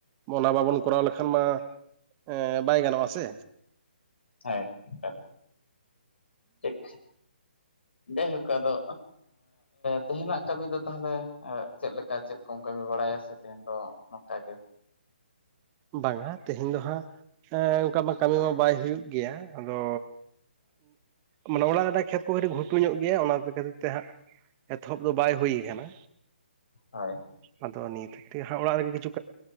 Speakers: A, on the right (about 25°); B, on the left (about 75°).
A: ᱚᱱᱟ ᱵᱟᱵᱚᱱ ᱠᱚᱨᱟᱣ ᱞᱮᱠᱷᱟᱱ ᱢᱟ ᱮᱸ ᱵᱟᱭ ᱜᱟᱱᱚᱜ-ᱟ ᱥᱮ,
B: ᱦᱮᱸ ᱴᱷᱤᱠ ᱠᱟᱛᱷᱟ ᱴᱷᱤᱠᱼᱼ ᱡᱟᱭᱦᱳᱠ ᱟᱫᱚ ᱛᱮᱦᱮᱸᱧᱱᱟᱜ ᱠᱟᱹᱢᱤ ᱫᱚ ᱛᱟᱦᱚᱞᱮ ᱪᱮᱫ ᱞᱮᱠᱟ ᱪᱮᱫ ᱠᱚᱢ ᱠᱟᱹᱢᱤ ᱵᱟᱲᱟᱭᱟ ᱥᱮᱼᱼ ᱛᱮᱦᱮᱧ ᱫᱚ ᱱᱚᱝᱠᱟ ᱜᱮ,
A: ᱵᱟᱝᱟ ᱛᱮᱦᱮᱸᱧ ᱫᱚ ᱦᱟᱸᱜ ᱚᱱᱠᱟ ᱢᱟ ᱠᱟᱹᱢᱤ ᱵᱟᱭ ᱦᱩᱭᱩᱜ ᱜᱮᱭᱟ, ᱟᱫᱚᱼᱼ ᱢᱟᱱᱮ, ᱚᱱᱟᱜ ᱨᱮᱱᱟᱜ ᱠᱷᱮᱛ ᱠᱚ ᱠᱟᱹᱴᱤᱡ ᱜᱷᱩᱴᱩ ᱧᱚᱜ ᱜᱮᱭᱟ ᱚᱱᱟ ᱠᱚ ᱠᱷᱟᱹᱛᱤᱨ ᱛᱮ ᱦᱟᱸᱜᱼᱼ ᱮᱛᱚᱦᱚᱵ ᱫᱚ ᱵᱟᱭ ᱦᱩᱭ ᱠᱟᱱᱟ,
B: ᱦᱳᱭ
A: ᱟᱫᱚ ᱱᱤᱛ ᱛᱮ ᱦᱟᱸᱜ ᱚᱲᱟᱜ ᱨᱮᱜᱮ ᱠᱤᱪᱷᱩ